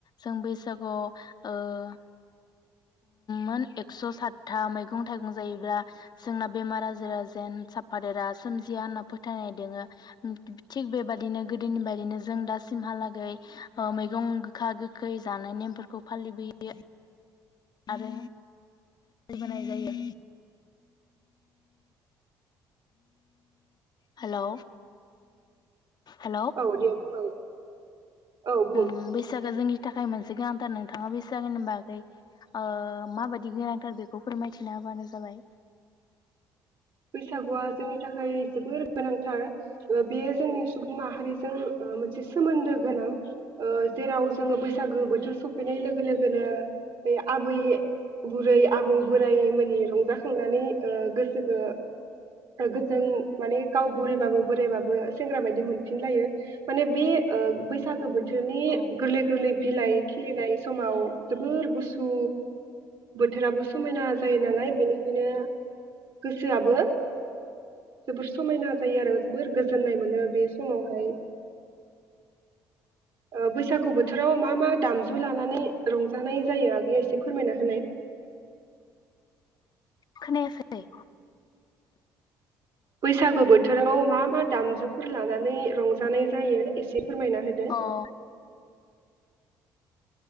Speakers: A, on the left; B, on the right.
A: जों बैसागुआव मोन ओ एक्स सातथा मैगं थाइगं जायोब्ला जोंना बेमार आजारा जेन साफादेरा सोमजिया होनना फोथायनाय दोङो। थिग बेबादिनो गोदोनि बायदिनो जों दासिमहालागै मैगं गोखा गोखै जानाय नेमफोरखौ फालिबोयो। आरो <unintelligible> जायो हेलौ हेलौ
B: औ दे बुंनानै औ बुं
A: ओ बैसागो जोंनि थाखाय मोनसे गोनांथार नोंथाङा बैसागोनि बागै ओ माबायदि गोनांथार बेखौ फोरमायथिना होबानो जाबाय।
B: बैसागुआ जोंनि थाखाय जोबोर गोनांथार ओ बेयो जोंनि सुबुं माहारिजों ओ मोनसे सोमोन्दो गोनां ओ जेराव जोंङो बैसागो बोथोर सफैनाय लोगो लोगोनो बे आबै बुरै आबौ बोराय मैनि रंजाखांनानै गोसो <unintelligible> गोन माने गाव बुरैबाबो बोरायबाबो सेंग्रा बायदि मोनफिनलायो माने बे ओ बैसागो बो बिनि
A: औ
B: गोरलै गोरलै बिलाइ खिलिनाय समाव जोबोर गुसु बोथोराबो समायना जायो नालाय बेनिखायनो गोसोबो जोबोर समायना जायो आरो जोबोर गोजोननाय मोनो बे समावहाय ओ बै बैसागु बोथोराव मा मा दामजु लानानै रंजानाय जायो आगैयाव एसे फोरमायना होनाय
A: खोनायाखै।
B: बैसागु बोथोराव मा मा दामजुफोर लानानै रंजानाय जायो एसे फोरमायना होदो
A: ओ